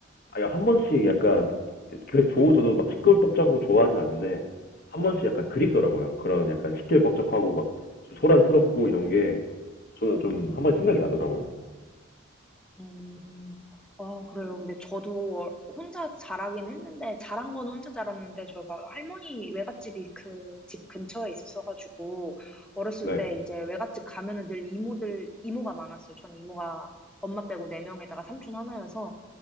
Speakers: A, on the left; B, in the centre.
A: 아니, 한 번씩 약간, 그, 조, 저도 막 시끌벅적하고 좋아하진 않는데, 한 번씩 약간 그립더라고요. 그런 약간 시끌벅적하고 막, 좀 소란스럽고 이런 게, 저는 좀 한 번 생각이 나더라고요.
B: 음, 아, 그래요. 근데 저도 어- 혼자 자라긴 했는데, 자란 거는 혼자 자랐는데, 저가 할머니 외갓집이 그 집 근처에 있었어가지고, 어렸을
A: 네,
B: 때 이제 외갓집 가면은 늘 이모들, 이모가 많았어요. 전 이모가 엄마 빼고 네 명에다가 삼촌 하나여서,